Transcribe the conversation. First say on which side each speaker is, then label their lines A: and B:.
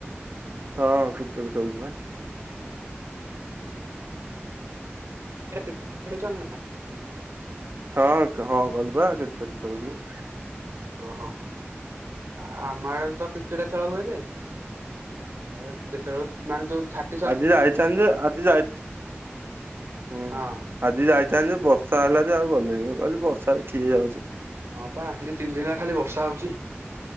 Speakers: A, on the right; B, on the right.
A: ହଁ ଖଚ <unintelligible> କହୁଛି ନା।
B: ଏରା <unintelligible> କଚନ୍
A: ହଁ ହଁ ଗଲିବା କେତ କରିବି
B: ଓହୋ ଆ ଆମ ଆଡେ ତ କ୍ରିକେଟ ଖେଳ ହୁଏ ଯୋଇ ହା କେତେବେଳେ ମାନେ ଯୋଉ ଛାଃ
A: ଆଜି ଯାଇଛ ଆ ଯେ ଆଜିି ଯାଇ ହୁଁ।
B: ହଁ
A: ଆଜି ଯାଇଥାନ୍ତନ୍ତି ଯେ ବର୍ଷା ହେଲା ଯେ ଆଉ ଗଲେଣିି ମୁଁ କହିଲି ବର୍ଷାରେ ଖିଏ ଯାଉଛି।
B: ହଁ ପା ଦି ତିନି ଦିନ ହେଲା ଖାଲି ବର୍ଷା ହଉଛି।